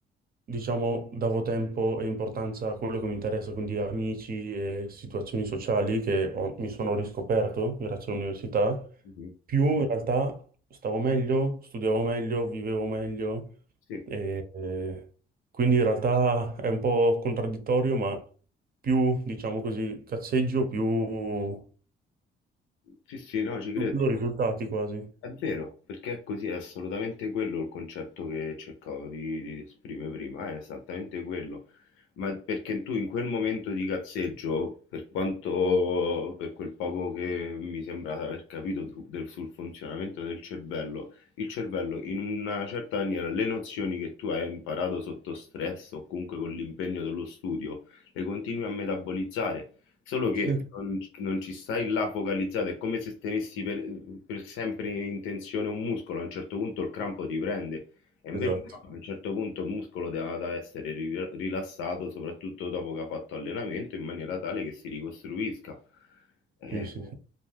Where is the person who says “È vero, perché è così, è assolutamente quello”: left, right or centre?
Left